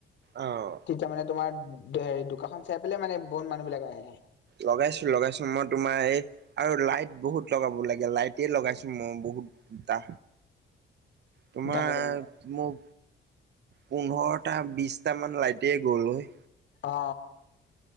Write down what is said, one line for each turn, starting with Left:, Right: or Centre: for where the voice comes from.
Right: অ'।
Left: তেতিয়া মানে তোমাৰ হেৰি দোকানখন চাই পেলাই মানে বহুত মানুহ বিলাক আহে
Right: লগাইছো লগাইছো মই তোমাৰ এই আৰু লাইট বহুত লগাব লাগে লাইট টেই লগাইছো মই বহুত টা তোমাৰ
Left: দামী দামী
Right: মোৰ পোন্ধৰটা বিচটা মান লাইতে গ'ল অই
Left: অ